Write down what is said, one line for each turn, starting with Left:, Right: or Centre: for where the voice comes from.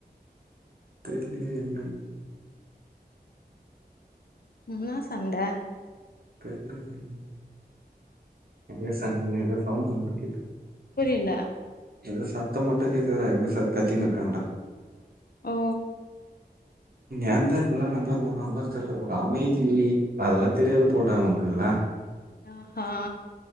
Right: தெர்லியே என்னன்
Left: என்னா சண்ட
Right: தெர்ல யானு எங்கயோ சன்னு ஏதோ சவுண்ட் மட்டு கேக்குது
Left: புரியலா
Right: ஏதோ சத்தம் மட்டும் கேக்குதுடா எங்க ச கத்தின்னு இருக்காங்கடா
Left: ஓ
Right: ஏந்தா இப்பெல்லா சண்ட போடுறாங்களோ தெர்ல ஒரு அமைதி அதெல்லா தெரியாது போலடா அவங்களுக்கு இல்ல
Left: ஆ ஹா